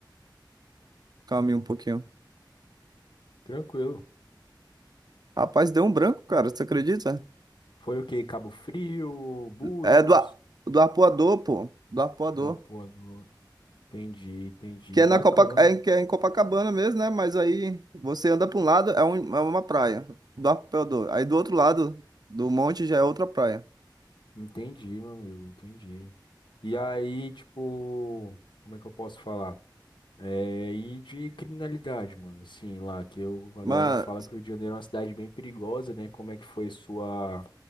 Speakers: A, on the right; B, on the left.
A: Calma aí um pouquinho.
B: tranquilo.
A: Rapaz, deu um branco, cara. Você acredita?
B: Foi o que Cabo Frio, Búzios,
A: É do, A- do Arpoador, pô. Do Arpoador.
B: Lapuador. Entendi, entendi.
A: Que é na
B: Bacana.
A: Copa, é, em- que é em Copacabana mesmo, né? Mas aí você anda pra um lado, é, um, é uma praia. Do Arpoador. Aí do outro lado do monte já é outra praia.
B: Entendi, meu amigo, entendi. E aí, tipo, como é que eu posso falar? É, e de criminalidade, mano. Assim, lá que eu, a
A: Mano.
B: galera fala que o Rio de Janeiro é uma cidade bem perigosa, né? Como é que foi sua,